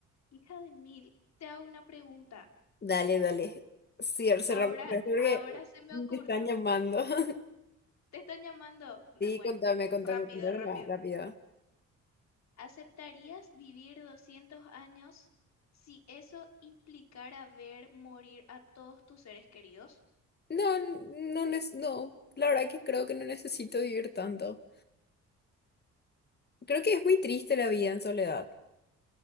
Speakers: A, on the left; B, on the left.
A: hija de mil, te hago una pregunta.
B: Dale, dale. Sí, er, cerramos
A: Ahora,
B: esto porque
A: ahora se me
B: me
A: ocurrió.
B: están llamando. <laughs>
A: Te están llamando. Da-
B: Sí,
A: Bueno,
B: contame, contame,
A: rápido,
B: contame
A: rápido.
B: más rápido.
A: ¿Aceptarías vivir 200 años si eso implicara ver morir a todos tus seres queridos?
B: No, no, nes- no, la verdad que creo que no necesito vivir tanto. Creo que es muy triste la vida en soledad.